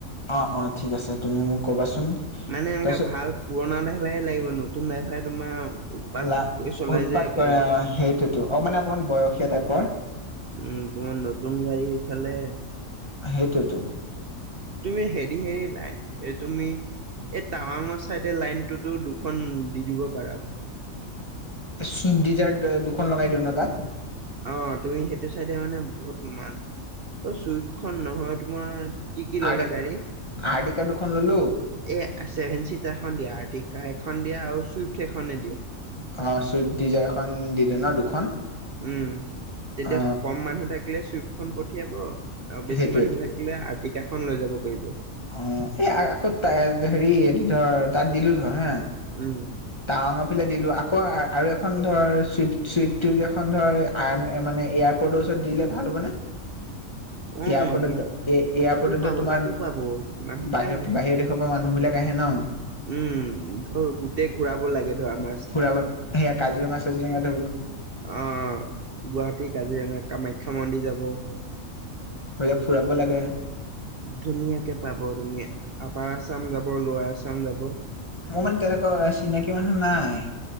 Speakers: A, on the left; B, on the right.
A: অ', অ', ঠিক আছে তুমি মোক ক'বাচোন।
B: মানে এনেককা
A: তাৰপিছত
B: ভাল পুৰণা ড্ৰাইভাৰে লাগিব, নতুন ড্ৰাইভাৰ তোমাৰ। উৎপাত
A: লা,
B: কৰি চলাই
A: উৎপাত
B: যে
A: কৰে,
B: গাড়ী
A: অ, সেইটোতো অ, মানে অকমান বয়সীয়া টাইপৰ।
B: উম, তোমাৰ নতুন গাড়ী ফালে
A: হেইত তুম
B: তুমি হেৰি, হেৰি, লাই তুমি এই টাৱাঙৰ চাইডে লাইনটোতো দুখন দি, দিব পাৰা।
A: চুই ডিজাৰ্ট দুখন লগাই দিওঁ ন, তাত।
B: অ, তুমি সেইটো চাইডে মানে বহুত মাত চুইফখন নহয়, তোমাৰ। কি, কি, ললা
A: আৰ্টিকা
B: গাড়ী
A: আৰ্টিকা দুখন ললো
B: এ, চছেভেন চিট। এখন দিয়া আৰ্টিক এখন দিয়া আৰু চুইফ্ট এনে দিয়া।
A: অ, চুইফ্ট ডিজাৰ এখন দিলে ন, দুখন।
B: উম, তেতিয়া
A: অ
B: কম মানুহ থাকিলে, চুইপখন পঠিয়াব। আৰু বেছি
A: সেইটোৱে
B: মানুহ থাকিলে আৰ্টিকাখন লৈ যাব পাৰিব।
A: অ, এই আকৌ হেৰি ধৰ তাত দিলো ধৰ হা।
B: উম
A: টাৱাঙৰ ফালে দিলো, আকৌ আৰু এখন ধৰ চই, চইফ এখন ধৰ আ, মানে এয়াৰপৰ্টৰ ওচৰত দিলে ভাল হ'ব নে।
B: অ
A: এয়াৰপৰ্টত
B: ইয়াত
A: এ, এয়াৰপৰ্টত
B: তাতো পাব
A: তোমাৰ
B: তাতো পাব মানুহ
A: বাহিৰ,
B: পাই যায়
A: বাহিৰৰ দেশৰ পৰা মানুহ বিলাক হেন
B: উম, ধৰ গোটেই ঘূৰাব লাগে ধৰ আমাৰ
A: ফুৰাব সেয়া কাজিৰঙা চাজিৰঙা ল
B: আহ, গুৱাহাটী, কাজিৰঙা কামাখ্যা মন্দিৰ যাব।
A: এইলাক ফুৰাব লাগে।
B: ধুনীয়াকে পাব তুমি আপাৰ আচাম যাব লোৱাৰ, আছাম যাব।
A: মোৰ মানে তেনেকুৱা চিনাকি মানুহ নাই।